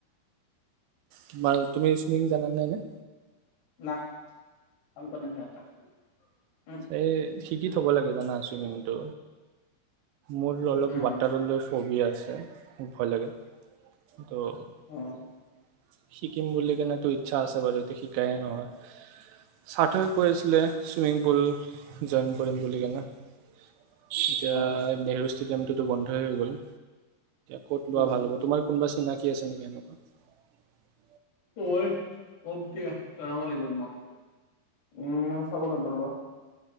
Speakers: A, on the right (about 90°); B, on the left (about 80°).
A: তোমাৰ তুমি চুইমিং জানা নাই ন
B: নাহ সাম কৌ নাহি আটা উম
A: এই শিকি থ'ব লাগে জানা চুইমিংটো মোৰ অলপ
B: উম
A: ৱাটাৰ লৈ ফৰ্বিয়া আছে খুব ভয় লাগে ত
B: উম
A: শিকিম বুলি কিনে টো ইচ্ছা আছে বাৰু শিকায়েই নহয় ছাথয়েও কৈ কৰিছিলে ছুইমিং পুল জইন কৰিম বুলি কেনে এতিয়া
B: অ অ
A: নেহেৰু গেমটো টো বন্ধ হেৰি হৈ গ'ল ক'ত
B: বুজিছো
A: লোৱা ভাল হ'ব তোমাৰ কোনবা ন <unintelligible> কি আছে নেকি এনেকুৱা <unintelligible>
B: দিয়া জনাব লাগিব তোমাক উম চাব লাগিব ৰ'বা